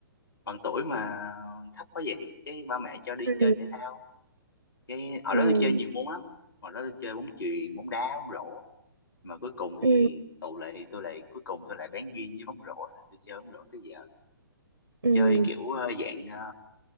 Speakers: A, on the left; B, on the right.
A: bằng tuổi mà thấp quá vậy cái ba mẹ cho đi
B: Ừ.
A: chơi thể thao cái hồi
B: Ừ.
A: đó tôi chơi nhiều môn lắm hồi đó tôi chơi bóng chuyền bóng đá bóng rổ mà cuối cùng thì
B: Ừ.
A: tụ lại thì tôi lại cuối cùng tôi lại bén duyên với bóng rổ là tôi chơi bóng rổ tới giờ
B: Ừ.
A: chơi kiểu ờ, dạng ờ,